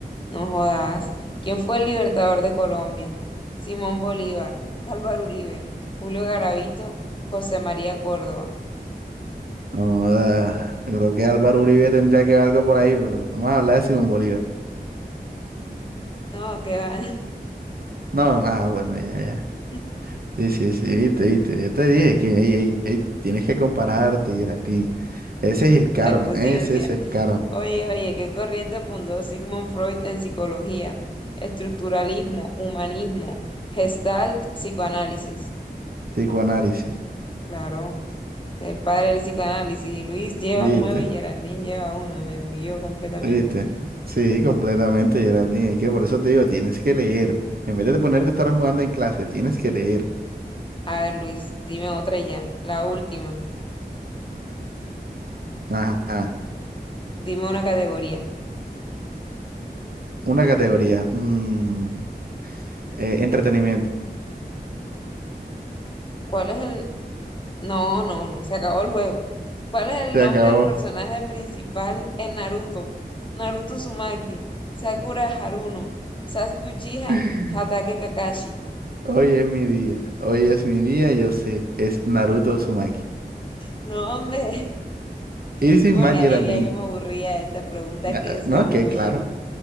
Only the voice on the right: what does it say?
Joda, creo que Álvaro Uribe tendría que ver algo por ahí, pero vamos a hablar de Simón Bolívar.
No, nada, bueno, ya, ya.
Sí, sí, sí, viste, viste. Yo te dije que, ey, ey, ey, tienes que compararte, Geraldine. Ese es el karma,
ese
es el karma.
Psicoanálisis.
Viste.
¿Viste? Sí, completamente, Geraldine. Es que por eso te digo, tienes que leer. En vez de ponerte a estar jugando en clase, tienes que leer.
Ajá.
Una categoría. mm, eh, entretenimiento.
Se
acabó.
<laughs>
Hoy es mi día. Hoy es mi día, yo sé. Es Naruto Uzumaki.
Y sin
más,
Geraldine.
ah,
ah,
No, es que
claro.